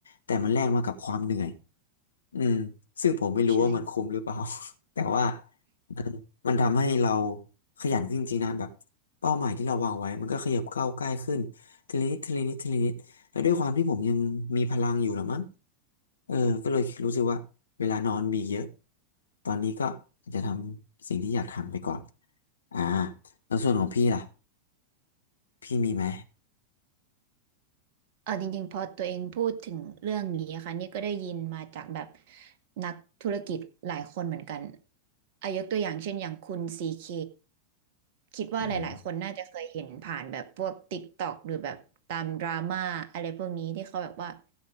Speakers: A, on the left (about 70°); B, on the right (about 45°).
A: แต่มันแลกมากับความเหนื่อย อืมซึ่งผมไม่รู้ว่ามันคุ้มหรือเปล่า
B: ใช่
A: <laughs> แต่ว่ามันมันทำให้เราขยันขึ้นจริงๆนะแบบเป้าหมายที่เราวางไว้มันก็ขยับก้าวใกล้ขึ้นทีละนิดทีละนิดทีละนิดแล้วด้วยความที่ผมยังมีพลังอยู่หรอมั้งเออก็เลยรู้สึกว่าเวลานอนมีเยอะตอนนี้ก็อาจจะทำสิ่งที่อยากทำไปก่อนอ่าแล้วส่วนของพี่ล่ะพี่มีไหม
B: เออจริงๆ พอตัวเองพูดถึงเรื่องนี้ะค่ะนี่ก็ได้ยินมาจากแบบนักธุรกิจหลายคนเหมือนกันอายกตัวอย่างเช่นอย่างคุณซีเคคิดว่าหลายๆคนน่าจะเคยเห็นผ่านแบบพวก
A: อืม
B: TikTok หรือแบบตามดราม่าอะไรพวกนี้ที่เขาแบบว่า